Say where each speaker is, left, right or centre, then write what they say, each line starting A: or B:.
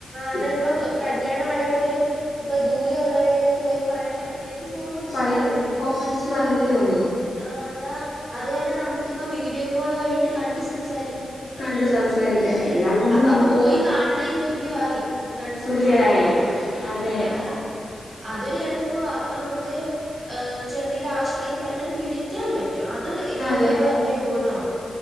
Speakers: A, on the left; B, on the right.
A: ഉ <inaudible>
B: അത ഇപ്പ കല്യാണം ആയാ പോലും. ഇപ്പ ദൂരെ ഉള്ളവരൊക്കെ പോയി പറയാൻ പറ്റിയിലെങ്കിൽ ഫോൺ വിളിച്ച്
A: റിയത്തില്ല
B: പറയും
A: ഫോൺ വിളിച്ചച്ച് പറയത്തേള്ളൂ.
B: ആ അതാ അതുമല്ല നമുക്കിപ്പ വീഡിയോ കോൾ വഴിട്ട് കണ്ട് സംസ് പതിയ
A: കണ്ട് സംസാരിക്കാം എല്ലാം കൊണ്ടും
B: അപ്പ
A: നമുക്ക്
B: പോയി കാണന് തുല്യ വല്യാവായി കണ്ട്
A: തുല്യായി
B: സംസാരിക്കുമ്പോ
A: അതെ
B: അതാ അതൊരു എളുപ്പ ഇപ്പൊ നമുക്കൊരു എ ചെന്തെങ്കിലും ആവശ്യം ണ്ടെങ്കിൽ പെട്ടെന്ന് വിളിക്കാൻ പറ്റും. അത് ഇതുകൊണ്ടുള്ള
A: അതെ
B: വലിയരു ഗുണമാ